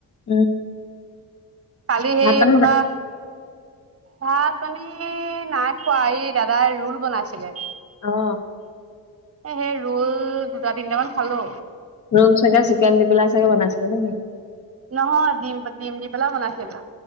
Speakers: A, on the left; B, on the right.
A: উম
B: কালি সেই
A: ভাত পানী
B: আপোনাৰ ভাত পানী নী নাই খোৱা এই দাদাই ৰোল বনাইছিলে
A: অ
B: সেই ৰল দুটা তিনিটামান খালো
A: ৰোল চাগে চিকেন দি পেলায় চাগে বনাইছিলে নে কি
B: নহয় দিম দিম দি পেলাই বনাইছিলে